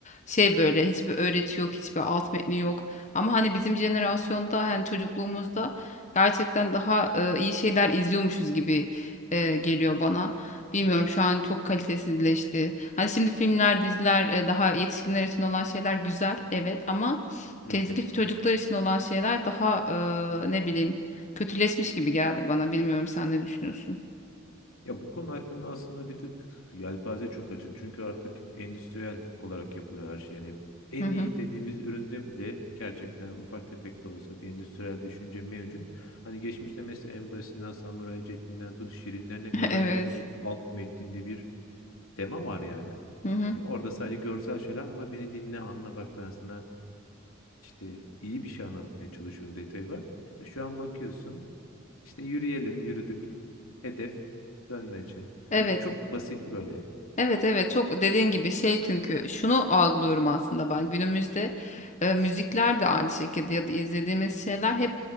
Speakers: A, on the left; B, on the left.
A: şey böyle hiçbir öğreti yok hiçbir alt metni yok. Ama hani bizim jenerasyonda yani çocukluğumuzda Gerçekten daha e, iyi şeyler izliyormuşuz gibi e, geliyor bana. Bilmiyorum şu an çok kalitesizleşti. Hani şimdi filmler, diziler e, daha yetişkinler için olan şeyler güzel evet ama
B: Hı
A: tezgif
B: hı.
A: çocuklar için olan şeyler daha e, ne bileyim kötüleşmiş gibi geldi bana. Bilmiyorum sen ne düşünüyorsun?
B: Ya bu konu hakkında aslında bir tık yelpaze çok açık. Çünkü artık endüstriyel olarak yapılıyor her şey. Yani en
A: Hı hı.
B: iyi dediğimiz üründe bile gerçekten ufak tefek de olsa bir endüstriyel düşünce mevcut. Hani geçmişte mesela en basitinden Samuray Jack'inden tut Şirinlerine kadar
A: <laughs> Evet.
B: hepsinde bir alt metninde bir tema var yani.
A: Hı
B: Yani
A: hı.
B: orada sadece görsel şölen ama beni dinle anla bak ben sana işte iyi bir şey anlatmaya çalışıyorum detayı var. E şu an bakıyorsun İşte yürüyelim, yürüdük. Hedef dönmece.
A: Evet.
B: Hani çok basit böyle.
A: Evet evet çok dediğin gibi şey çünkü şunu algılıyorum aslında ben günümüzde e, müzikler de aynı şekilde ya da izlediğimiz şeyler hep